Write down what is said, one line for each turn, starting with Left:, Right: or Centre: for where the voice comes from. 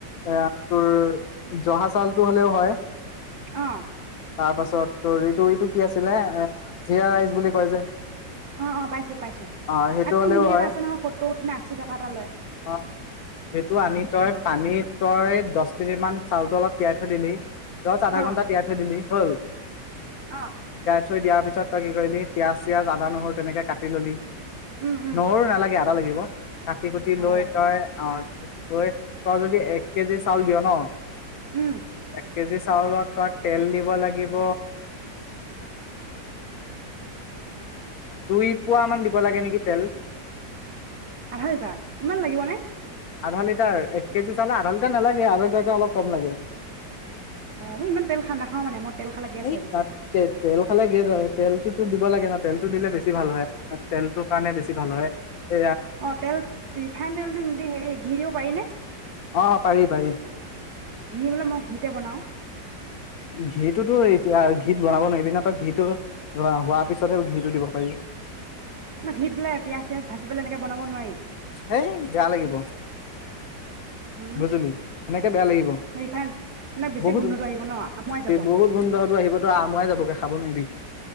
Left: এ তোৰ জহা চাউলতটো হ'লেও হয়।
Right: অ
Left: তাৰ পাছত তটো এইটো কি আছিলে এ জিৰা ৰাইচ বুলি কয় যে
Right: অ অ পাইছো পাইছো
Left: অ সেইটো
Right: তাত তকৈ
Left: হ'লেও
Right: মিহি
Left: হয়
Right: এটা আছে নহয় সত্তৰ নে আশী টকা এটা লয়।
Left: অ সেইটো আনি তই পানীত তই দহ মিনিট মান চাউলটো অলপ তিয়াই থৈ দিলি। দহ আধা
Right: অ
Left: ঘণ্টা তিয়াই থৈ দিলি হয়
Right: অ
Left: থৈ দিয়াৰ পিছত তই কি কৰিবি পিয়াজ চিয়াজ আদা নহৰু তেনেকে কাটি ললি
Right: উম উম
Left: নহৰু নালাগে ইয়াত লাগিব কাটি কুতি
Right: আদা
Left: লৈ
Right: লাগিব
Left: তই
Right: অ
Left: পযে তই যদি এক কেজি চাউল দিয় ন
Right: উম
Left: এক কেজি চাউলত তেল দিব লাগিব দুই পোৱা মান দিব লাগে নেকি তেল
Right: আধা লিটাৰ ইমান লাগিব নে
Left: আধা লিটাৰ এক কেজি চাউল আধা লিটাৰ নালাগে আধা লিটাকে অলপ কম লাগে।
Right: অ মই ইমান তেল খা নাখাওঁ মানে মই তেল খালে গেছ
Left: এই
Right: হয় বেছিকে
Left: তাত তে তেল খালে গেছ হয় তেলটোতো দিব লাগে তেলটো দিলে বেছি ভাল হয় আৰু মানে তেলটোৰ কাৰণে বেছি ভাল হয় এয়া
Right: অ তেল ৰিফাইন তেলটো নিদি হেৰি ঘিৰ দিব পাৰিনে
Left: অ পাৰি পাৰি
Right: ঘিউ বোলে মই ঘিতে বনাও
Left: ঘিটোতো এতিয়া ঘি বনাব নোৱাৰিবিনে তই ঘিটো হোৱাৰ পিছতহে ঘিটো দিব পাৰি।
Right: ঘিত বোলে পিয়াঁয়াজ চিয়াজ ভাজি পেলাই এনেকে বনাব নোৱাৰি।
Left: হেই বেয়া লাগিব।
Right: উম
Left: বুজিলি সেনেকে বেয়া লাগিব
Right: ৰিফাইন মানে বেছি
Left: বহুত
Right: গোন্ধটো আহিব ন আমুৱাই যাব
Left: বহুত গোন্ধতো টো আহিব তো আমৰাই যাবগে খাব নোৱাৰিবি